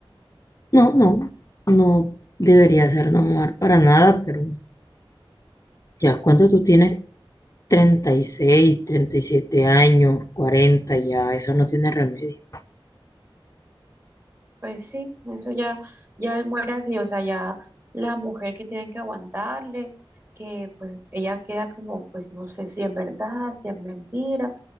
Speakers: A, on the left; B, on the right.
A: No, no, no debería ser normal para nada, pero ya cuando tú tienes treinta treinta y seis treinta y siete años, 40 ya eso no tiene remedio.
B: Pues sí, eso ya, ya él muere así, o sea, ya la mujer que tienen que aguantarle, que pues ella queda como, pues no sé si es verdad, si es mentira,